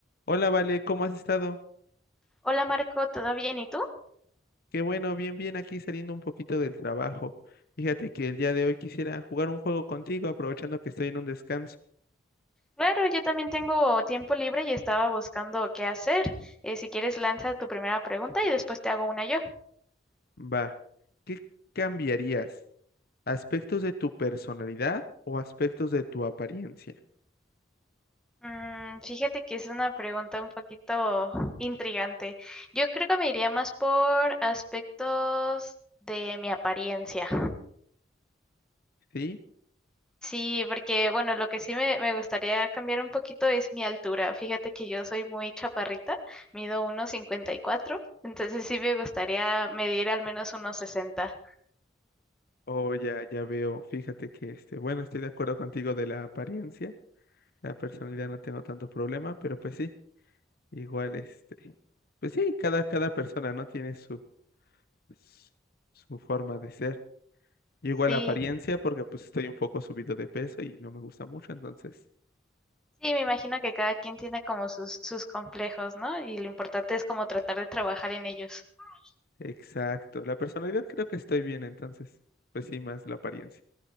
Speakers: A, on the left; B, in the centre.
A: Hola, Vale, ¿cómo has estado?
B: Hola Marco, ¿todo bien? ¿Y tú?
A: Qué bueno, bien, bien, aquí saliendo un poquito del trabajo. Fíjate que el día de hoy quisiera jugar un juego contigo, aprovechando que estoy en un descanso.
B: Claro, yo también tengo tiempo libre y estaba buscando qué hacer. Eh, si quieres, lanza tu primera pregunta y después te hago una yo.
A: Va, ¿qué cambiarías? ¿Aspectos de tu personalidad o aspectos de tu apariencia?
B: Mm, fíjate que es una pregunta un poquito intrigante. Yo creo que me iría más por aspectos de mi apariencia.
A: ¿Sí?
B: Sí, porque bueno, lo que sí me, me gustaría cambiar un poquito es mi altura. Fíjate que yo soy muy chaparrita, mido 1,54, entonces sí me gustaría medir al menos 1,60.
A: Oh ya, ya veo, fíjate que este, bueno, estoy de acuerdo contigo de la apariencia. La personalidad no tengo tanto problema, pero pues sí, igual este, pues sí, cada, cada persona no tiene su, su su forma de ser. igual
B: Sí,
A: la apariencia porque pues estoy un poco subido de peso y no me gusta mucho, entonces.
B: Sí, me imagino que cada quien tiene como sus, sus complejos, ¿no? Y lo importante es como tratar de trabajar en ellos. <laughs>
A: Exacto. La personalidad creo que estoy bien, entonces. Pues sí, más la apariencia.